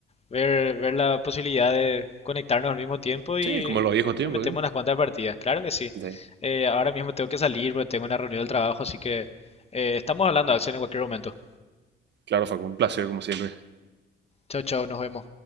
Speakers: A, on the left; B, on the right.
A: ver, ver la posibilidad de conectarnos al mismo tiempo y
B: Sí, como en los viejos tiempos,
A: le metemos
B: ¿sí?
A: unas cuantas partidas. Claro que sí.
B: Sí.
A: Eh, ahora mismo tengo que salir porque tengo una reunión del trabajo, así que eh, estamos hablando, Axel, en cualquier momento.
B: Claro, fue un placer como siempre.
A: Chao, chao, nos vemos.